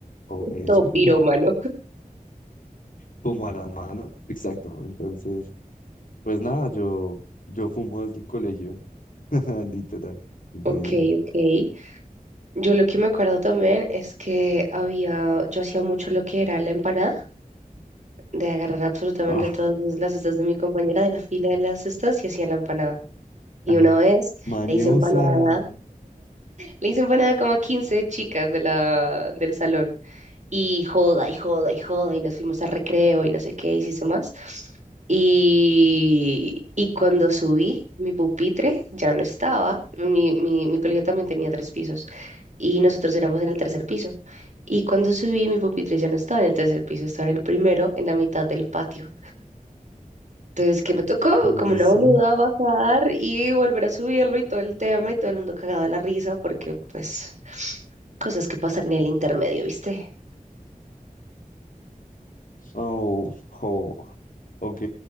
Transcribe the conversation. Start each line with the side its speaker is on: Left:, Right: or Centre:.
Left: o eso,
Right: Todo
Left: como
Right: pirómano.
Left: como a la mano. <laughs> Exacto. Entonces, pues nada, yo, yo fumo desde el colegio, <laughs> literal. De,
Right: Ok, ok. Yo lo que me acuerdo también es que había, yo hacía mucho lo que era la empanada, de agarrar absolutamente
Left: ah,
Right: todas las cestas de mi compañera de la fila de las cestas y hacía la empanada. Y
Left: ajá.
Right: una vez
Left: mañosa,
Right: le hice empanada, le hice empanada como a 15 chicas de la, del salón. y joda y joda y joda y nos fuimos a recreo y no sé qué hiciste más. Y, y cuando subí, mi pupitre ya no estaba. Mi, mi, mi colegio también tenía tres pisos y nosotros éramos en el tercer piso. Y cuando subí, mi pupitre ya no estaba en el tercer piso, estaba en el primero, en la mitad del patio. Entonces, ¿qué me tocó?
Left: como
Right: Como
Left: así.
Right: una boluda bajar y volver a subirlo y todo el tema y todo el mundo cagado de la risa porque, pues, cosas que pasan en el intermedio, ¿viste?
Left: Oh, jo, ok,